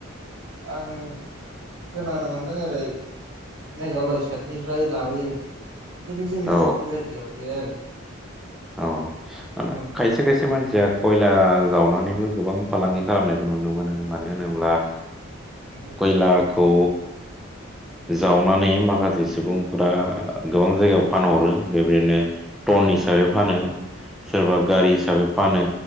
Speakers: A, on the right; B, in the centre.
A: आं खोनानो मोनदों ओरै मेघालय साइडनिफ्राय लाबोयो। खिन्थु जोंनि
B: औ
A: जायगायाव गैया आरो।
B: औ मा होनो
A: ओ
B: खायसे खायसे मानसिया खैला जावनानैबो गोबां फालांगि खालामनायखौ नुनो मोनो आों मानो होनोब्ला
A: ओमफ्राय
B: खयलाखौ जावनानै माखासे सुबुंफोरा गोबां जायगायाव फानहरो बेबायदिनो टन हिसाबै फानो सोरबा गारि हिसाबै फानो